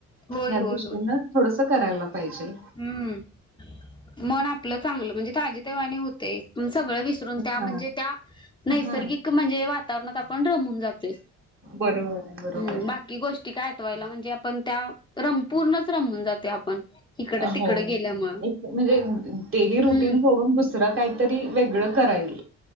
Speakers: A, on the left; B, on the right.
A: होय
B: ह
A: होय
B: दृष्टीनं
A: होय
B: थोडस करायला पाहिजे.
A: हम्म मन आपलं चांगलं म्हणजे ताजी तेवा्हाणी होते पण सगळं वि सरुन
B: हा
A: त्या म्हणजे त्या नैसर्गिक
B: हा
A: म्हणजे वातावरणात आपण रमून जातो.
B: बरोबर आहे बरोबर
A: हम्म बाकी
B: आहे
A: गोष्ट ती काय आठवायला म्हणजे आपण त्या रम पूर्णच रमून जाते आपण. इकडं तिकडं
B: हो
A: गेल्यामुळं
B: एक म्हणजे डेली
A: हम्म
B: रुटीन सोडून दुसरं काय तरी वेगळं करायल